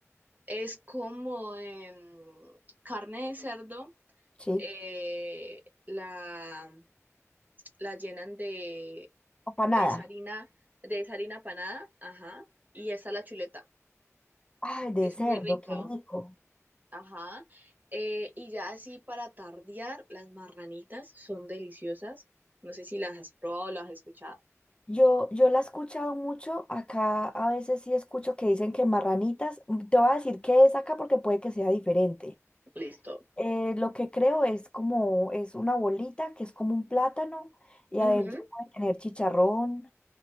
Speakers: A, on the right (about 35°); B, on the left (about 20°).
A: Es como em, carne de cerdo,
B: sí,
A: eh, la, la llenan de
B: empanada.
A: esa harina, de esa harina panada, ajá, y esa es la chuleta.
B: Ay, de
A: Es
B: cerdo,
A: muy rica.
B: qué rico.
A: Ajá. Eh, y ya así para tardear, las marranitas son deliciosas. No sé si las has probado o las has escuchado.
B: Yo, yo la he escuchado mucho, acá a veces sí escucho que dicen que marranitas, mm, te voy a decir qué es acá porque puede que sea diferente.
A: Listo.
B: Eh, lo que creo es como, es una bolita que es como un plátano y
A: Ujú.
B: adentro puede tener chicharrón.